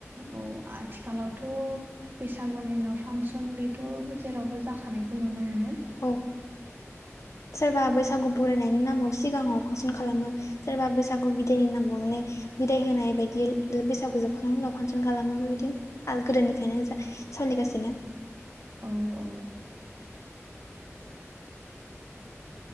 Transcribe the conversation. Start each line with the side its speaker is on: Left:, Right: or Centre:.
Right: औ आथिखालावथ' बैसागुनि उनाव फांसन बेथ' जेरावबो जाखानायखौ नुनो मोनो
Left: औ सोरबा बैसागु बरायनायनि नामाव सिगाङाव फांसन खालामो सोरबा बैसागु बिदायनि नाम माने बिदाय होनाय बायदि बैसागु जोबखांनायनि उनाव फांसन खालामो बेबायदिनो आरो गोदोनिफ्रायनो जा सोलिगासिनो
Right: औ औ